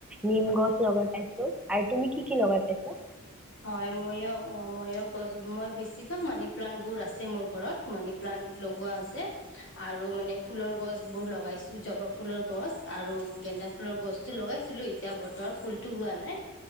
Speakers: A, in the centre; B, on the left (about 55°).
A: নিম গছ লগাই পাইছো আৰু তুমি কি কি লগাই পাইছা
B: হয় মইও মইও গছ মই বেছিভাগ মানি প্লান্ট বোৰ আছে মোৰ ঘৰত মানি প্লান্ট লগোৱা আছে আৰু মানে ফুলৰ গছ বোৰ লগাইছো জবা ফুলৰ গছ আৰু গেন্দা ফুলৰ গছতো লগাইছিলো এতিয়া বৰ্তমান ফুলটো হোৱা নাই